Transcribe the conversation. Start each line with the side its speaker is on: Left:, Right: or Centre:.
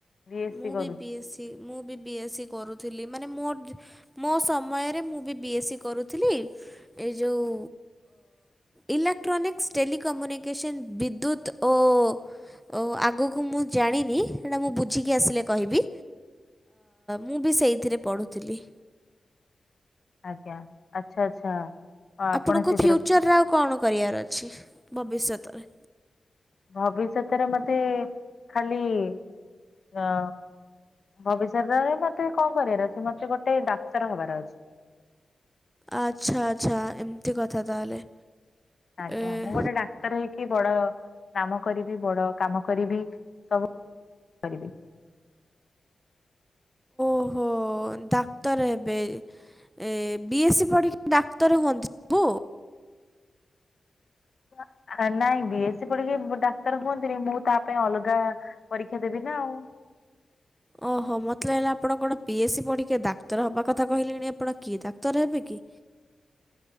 Left: ଏସ୍
Centre: ମୁଁ
Left: ସି କରୁଛି
Centre: ବି ବି ଏସ୍ ସି ମୁଁ ବି ବି ଏସ୍ ସି କରୁଥିଲି ମାନେ ମୋର ମୋ ସମୟରେ ମୁଁ ବି ବି ଏସ୍ ସି କରୁଥିଲି ଏ ଯୋଉ ଇଲେକ୍ଟ୍ରୋନିକ୍ସ ଟେଲିକମ୍ୟୁନିକସନ୍ ବିଦ୍ୟୁତ୍ ଓ ଓ ଆଗକୁ ମୁଁ ଜାଣିନି ସେଟା ମୁଁ ବୁ ଝିକି ଆସିଲେ କହିବି ମୁଁ ବି ସେଇଥିରେ ପଢୁଥିଲି।
Left: ଆଜ୍ଞା ଆଚ୍ଛା ଆଚ୍ଛା। ହଁ ଆପଣ
Centre: ଆପଣଙ୍କ
Left: ସେଥିରେ
Centre: ଫ୍ୟୁଚରରେ ଆଉ କଣ କରିବାର ଅଛି ଭବିଷ୍ୟତରେ।
Left: ଭବିଷ୍ୟତରେ ମତେ ଖାଲି ଅ ଭବିଷ୍ୟତରେ ମତେ କଣ କରିବାର ଅଛି ମତେ ଗୋଟେ ଡାକ୍ତର ହବାର ଅଛି।
Centre: ଆଚ୍ଛା ଆଚ୍ଛା ଏମିତି କଥା ତାହେଲେ।
Left: ଆଜ୍ଞା
Centre: ଏ
Left: ମୁଁ ଗୋଟେ ଡାକ୍ତର ହେଇକି ବଡ ନାମ କରିବି ବଡ କାମ କରିବି ସବୁ ରିବି।
Centre: ଓହୋ ଡାକ୍ତର ହେବେ ଏ ବି ଏସ୍ ସି ପଢ଼ିକି ଡାକ୍ତର ହୁଅନ୍ତି ସବୁ।
Left: ହ ଏ ନାଇଁ ବିଏ ସସି ପଡ଼ିକି ପ ଡାକ୍ତର ହୁଅନ୍ତିନି ମୁଁ ତା ପାଇଁ ଅଲଗା ପରୀକ୍ଷା ଦେବି ନା ଆଉ।
Centre: ଓହୋ ମତେ ଲାଗେଲା ଆପଣ ପି ଏସ୍ ସି ପଢ଼ିକି ଡାକ୍ତର ହବା କଥା କହିଲେଣି ଆପଣ କି ଡାକ୍ତର ହେବେ କି?